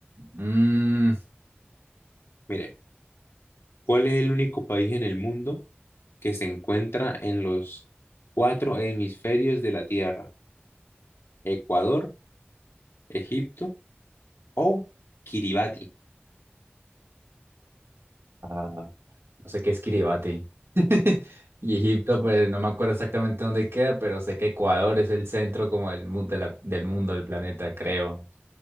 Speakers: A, on the right (about 90°); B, on the left (about 80°).
A: Mm,
B: Mire, ¿cuál es el único país en el mundo que se encuentra en los cuatro hemisferios de la Tierra? Ecuador, Egipto, o Kiribati.
A: ah, no sé qué es Kiribati. <laughs> Y Egipto, pues no me acuerdo exactamente dónde queda, pero sé que Ecuador es el centro como del, mu- de la- del mundo, del planeta, creo.